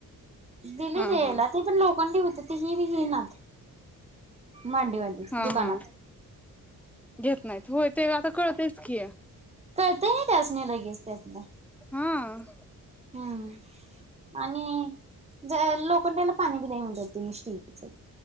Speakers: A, on the right; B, in the centre.
A: दिलीच
B: हा
A: द्यायला
B: हा
A: ते पण लोकांनी होते ते हे बी घेय‌नात मांडी वाली
B: हा
A: दुकानात
B: हा घेत नाहीत होय ते आता कळतेच की
A: करते ना त्यासण्या लगेच त्यातलं
B: हा
A: हम्म आणि जे लोखंडाले पाणी पिलाय म्हणतात तेही स्टीलच